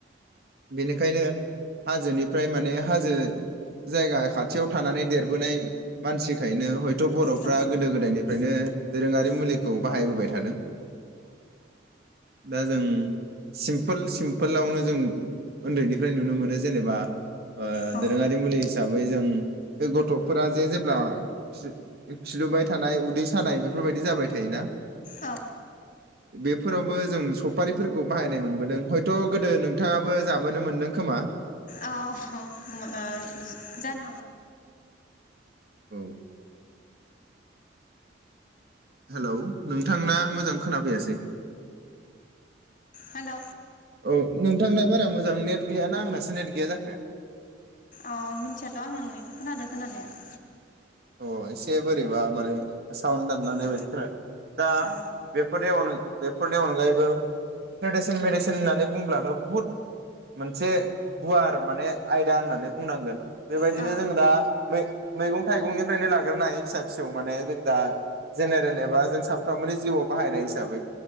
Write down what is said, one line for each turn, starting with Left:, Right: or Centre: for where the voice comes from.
Right: बेनिखायनो हाजोनिफ्राय माने हाजो जायगा खाथियाव थानानै देरबोनाय मानसिखायनो हयथ' बर'फ्रा
Left: औ
Right: गोदो गोदायनिफ्रायनो दोरोङारि मुलिखौ बाहायबोबाय थादों दा जों सिमपोल सिम्पोलावनो जों उन्दैनिफ्राय नुनो मोनो जेनेबा ओ
Left: औ
Right: दोरोङारि मुलि हिसाबै जों बे गथ'फोरा जे जेब्ला खि खिलुबाय थानाय उदै सानाय बेफोरबायदि जाबाय थायोना
Left: औ
Right: बेफोरावबो जों सपारि फोर खौ बाहायनाय मोनबोदों हयथ' गोदो नोंथाङाबो जाबोनो मोनदों खोमा।
Left: औ हो ओ जानो हागौ
Right: औ हेलौ नोंथांना मोजां खोनाफैयासै
Left: हेलौ
Right: औ नोंथांना बारा मोजां नेट गैयाना आंनासो नेट गैया जाखो
Left: औ मिथियाथ' आं नोंनिखौ खोनादों खोनानाया <inaudible>
Right: अ एसे बोरैबा माने साउन दानलांनाय
Left: औ
Right: बायदि खोनादों दा
Left: औ
Right: बेफोरनि अन बेफोरनि अनगायैबो ट्रेडिसेन मेडिसिन होननानै बुंब्लाथ' बुहुद मोनसे गुवार माने आयदा होननानै बुंनांगोन बेबायदिनो
Left: औ
Right: जों दा मै मैगं फुंनिफ्रायनो लाग्रोनो हायो फिसा फिसौ माने जों दा जेनेरेल एबा जों सानफ्रामबोनि जिउआव बाहायनाय जा हिसाबै